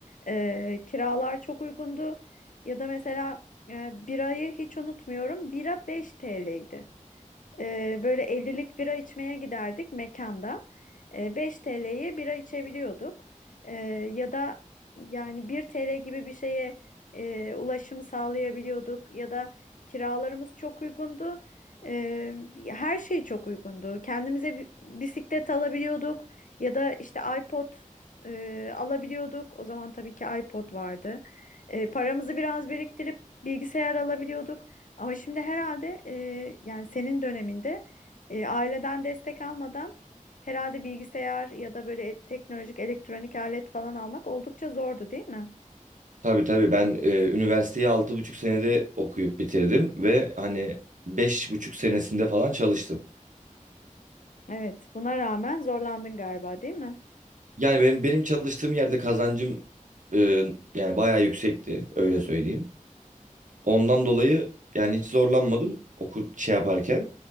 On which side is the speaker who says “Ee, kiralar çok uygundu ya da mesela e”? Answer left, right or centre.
Left